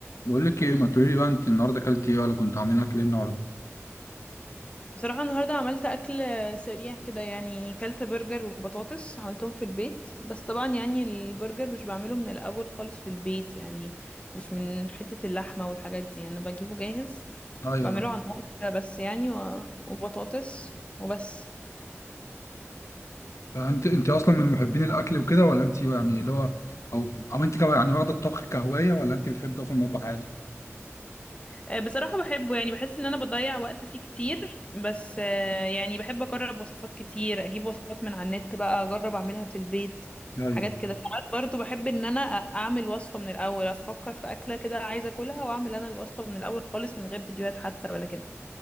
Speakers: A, on the left (about 80°); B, on the left (about 25°).
A: بقول لك ايه ما تقولي لي بقى انت النهارده اكلتي ايه ولا كنت عاملين اكل ايه النهارده
B: بصراحة النهاردة عملت أكل سريع كده يعني كلت برجر وبطاطس عملتهم في البيت بس طبعا يعني البرجر مش بعمله من الأول خالص في البيت يعني مش من حتة اللحمة والحاجات دي أنا بجيبه جاهز
A: ايوه
B: بعمله على النار كده بس يعني و... وبطاطس وبس
A: <clears throat> انت انت اصلا من محبين الاكل وكده ولا انت يعني اللي هو او او انت كو- يعني واخده الطبخ كهوايه ولا انت بتحبي تقفي المطبخ عادي
B: آه، بصراحة بحبه يعني بحس ان انا بضيع وقت فيه كتير بس آه، يعني بحب اجرب وصفات كتير اجيب وصفات من على النت بقى اجرب اعملها في البيت
A: ايوه
B: حاجات كده ساعات برضو بحب ان انا أ- اعمل وصفة من الاول افكر في اكلة كده عايزة اكلها واعمل انا الوصفة من الاول خالص من غير فيديوهات حتى ولا كده